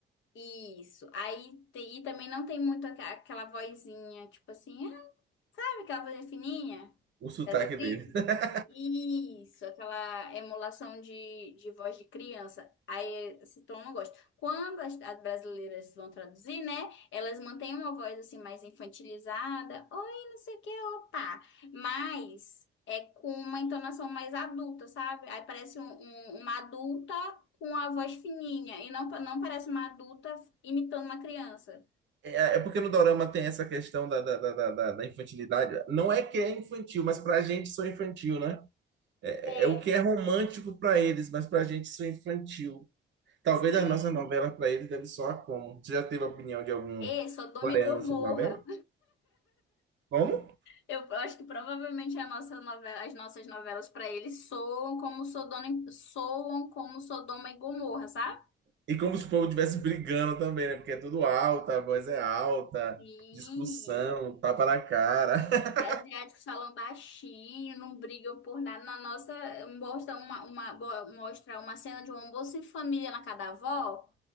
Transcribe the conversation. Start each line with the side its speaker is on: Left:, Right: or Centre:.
Left: Isso. Aí tem- e também não tem muito aqua- aquela vozinha, tipo assim, ah, sabe aquela vozinha fininha
Right: O sotaque
Left: das atrizes.
Right: dele. <laughs>
Left: Isso, aquela emulação de, de voz de criança. Aí esse tom eu não gosto. Quando as, as brasileiras vão traduzir, né? Elas mantêm uma voz assim mais infantilizada. Oi, não sei o que, opa. Mas é com uma entonação mais adulta, sabe? Aí parece um- um- uma adulta com a voz fininha. E não, pa- não parece uma adulta imitando uma criança.
Right: É, é porque no Dorama tem essa questão da, da, da, da, da- da infantilidade. Não é que é infantil, mas pra gente sou infantil, né? É,
Left: É.
Right: é é o que é romântico pra eles, mas pra gente sou infantil. Talvez
Left: Sim.
Right: as nossas novelas pra eles deve soar como. Você já teve a opinião de algum
Left: é Sodoma
Right: coreano
Left: e Gomorra.
Right: sobre novela? Como?
Left: Eu acho que provavelmente a nossa novela- as nossas novelas para eles soam como Sodoma, e- soam como Sodoma e Gomorra, sabe?
Right: E como se o povo estivesse brigando também, né? Porque é tudo alto, a voz é alta,
Left: E,
Right: discussão, tapa na cara. <laughs>
Left: e asiáticos falam baixinho, não brigam por nada. Na nossa, mostra uma, uma, bo- mostra uma cena de um almoço em família na casa da avó.